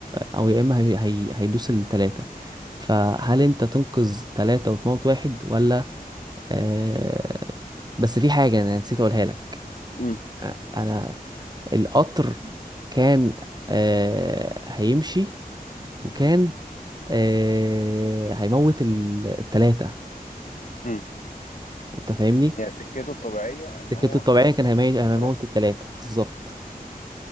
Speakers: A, on the right (about 25°); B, on the left (about 55°).
A: او يا اما هي... هي... هيدوس التلاتة فهل انت تنقذ تلاتة وتموت واحد ولا آه... بس في حاجة انا نسيت اقولها لك
B: امم
A: آه، انا القطر كان آه... هيمشي وكان آه هيموت ال- التلاتة
B: امم
A: انت فاهمني
B: يعني سكته الطبيعية ان
A: سكته
B: هو
A: الطبيعية
B: هيمشي
A: كان هيمي-
B: يقول
A: هيموت
B: ثلاثة
A: التلاتة بالظبط